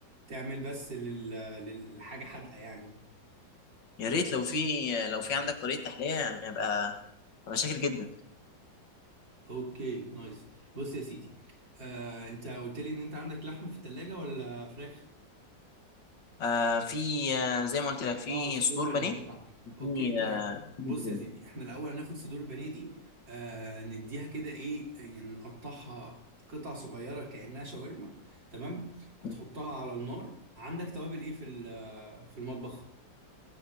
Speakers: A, on the right; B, on the left.
A: تعمل بس لل... للحاجة حادقة يعني
B: يا ريت لو في لو في عندك طريقه تحليه يعني ابقى ابقى شاكر جدا
A: اوكي نايس بص يا سيدي آه، انت قلت لي ان انت عندك لحمة في التلاجة ولا فراخ
B: آه في آه زي ما قلت لك في
A: اه صدور
B: صدور
A: بانيه
B: بانيه
A: صح اوكي
B: في
A: طيب
B: آه في
A: بص
B: بيضتين.
A: يا سيدي احنا الاول هناخد صدور البانيه دي آه نديها كده ايه يعني نقطعها قطع صغيره كانها شاورما تمام هتحطها
B: مم.
A: على النار عندك توابل ايه في ال- في المطبخ